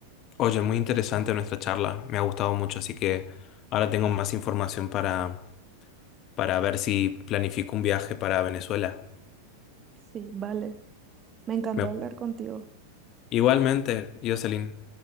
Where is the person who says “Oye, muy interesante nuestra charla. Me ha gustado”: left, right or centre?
Left